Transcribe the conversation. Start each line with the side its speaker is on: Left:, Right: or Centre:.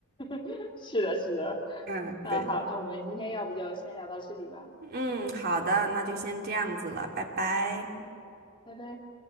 Left: <laughs> 是的，是的。
Right: 嗯，
Left: 那好，
Right: 对。
Left: 那我们今天要不就先聊到这里吧。
Right: 嗯，好的，那就先这样子了，拜拜。
Left: 嗯，拜拜。